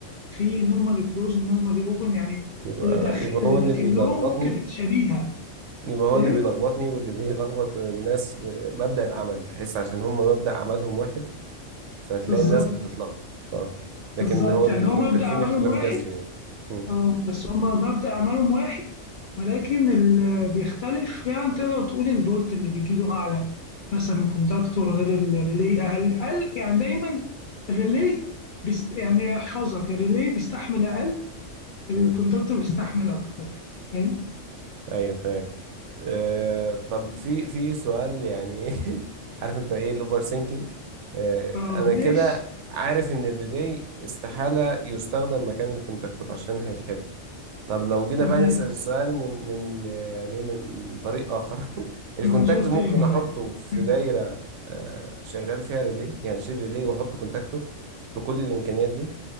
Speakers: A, on the left; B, on the right.
A: في نورمالي كلوز نورمالي أوبن يعني
B: يبقى
A: اللي داخل
B: يبقى
A: اللي
B: هو
A: داخل
B: اللي بيلخبطني
A: لهم ممكن شبيهة
B: يبقى هو
A: فاهم
B: اللي بيلخبطني واللي بيلخبط الناس آه، مبدأ العمل تحس عشان هم مبدأ عملهم واحد فهتلاقي
A: بالظبط
B: الناس بتتلخبط اه لكن
A: بالضبط،
B: هو المختلفين
A: يعني هو مبدأ أعمالهم
B: اختلاف
A: واحد
B: جذري يعني مم.
A: آه، بس هم مبدأ أعمالهم واحد ولكن ال بيختلف يعني تقدر تقول الفولت اللي بيجي له أعلى مثلًا الكونتاكتور غير الريلي أقل أقل يعني دايمًا الريلي بيست يعني احفظها الريلي بيستحمل أقل الكونتاكتور
B: مم.
A: بيستحمل أكتر يعني فاهم؟
B: ايوه تمام آه طب في في سؤال يعني <laughs> عارف انت ايه الاوفر سينكينج آه
A: آه
B: انا
A: ماشي
B: كده عارف ان الريلي استحالة يستخدم مكان الكونتاكتور عشان هيتحرق طب لو جينا
A: تمام
B: بقى نسأل السؤال من من آه، يعني إيه، من من طريق اخر <laughs> الكونتاكتور
A: منظور تاني
B: ممكن احطه
A: آه.
B: في
A: <laughs>
B: دايرة آه شغال فيها ريلي يعني اشيل ريلي واحط كونتاكتور بكل الامكانيات دي